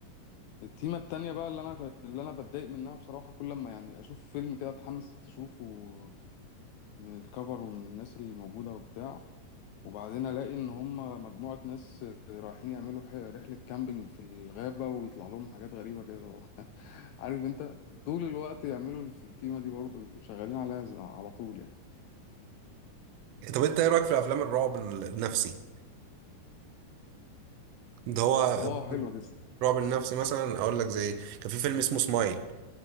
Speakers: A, on the left (about 85°); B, on the right (about 75°).
A: التيمة التانية بقى اللي انا اللي انا بتضايق منها بصراحة كل ما يعني اشوف فيلم كده اتحمس اشوفه من الكفر ومن الناس اللي موجودة وبتاع وبعدين الاقي ان هم مجموعة ناس آه، رايحين يعملوا ح- رحلة كامبينج في الغابة ويطلع لهم حاجات غريبة كده <laughs> عارف انت طول الوقت يعملوا التيمة دي برضه شغالين عليها ز- على طول يعني
B: طب انت ايه رايك في افلام الرعب النفسي ده هو
A: اه حلوة
B: رعب النفسي مثلا اقول لك زي كان في فيلم اسمه سمايل